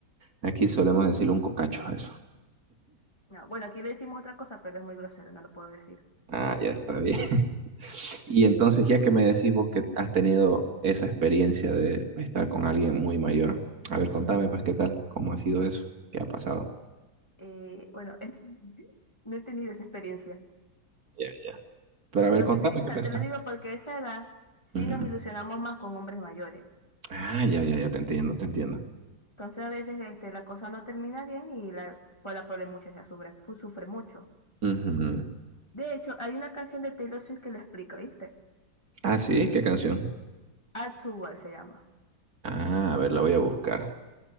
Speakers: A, on the right; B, on the left.
A: Aquí solemos decirle un cocacho a eso.
B: No, bueno, aquí le decimos otra cosa, pero es muy grosero, no lo puedo decir.
A: Ah, ya está bien. Y entonces, ya que me decís vos que has tenido esa experiencia de estar con alguien muy mayor, a ver, contame pues qué tal, cómo ha sido eso, qué ha pasado.
B: Eh, bueno, <laughs> no he tenido esa experiencia.
A: Ya, ya. Pero a ver,
B: Lo
A: contame
B: que te, di- o
A: qué
B: sea,
A: pensás.
B: te lo digo porque a esa edad sí
A: Ujú.
B: nos ilusionamos más con hombres mayores.
A: Ah, ya, ya, ya, te entiendo, te entiendo.
B: Entonces a veces este, la cosa no termina bien y la, pues, la pobre muchacha sufre, fu- sufre mucho.
A: Ujú.
B: De hecho, hay una canción de Taylor Swift que lo explica, ¿viste?
A: Ah, sí, ¿qué canción?
B: Add to World se llama.
A: Ah, a ver, la voy a buscar.